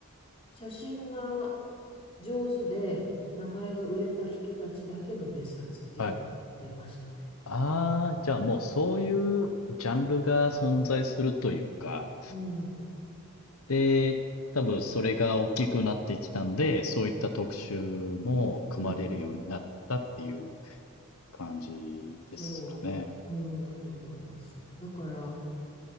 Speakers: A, on the left (about 25°); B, on the left (about 75°).
A: 写真が上手で、名前が売れた人たちだけの別冊っていうのが出ましたね。
B: はい。ああ、じゃあもうそういうジャンルが存在するというか、
A: うん。
B: で、多分それが大きくなってきたんで、そういった特集も組まれるようになったっていう
A: うん。
B: 感じですかね。
A: そう。うん、だと思います。だから、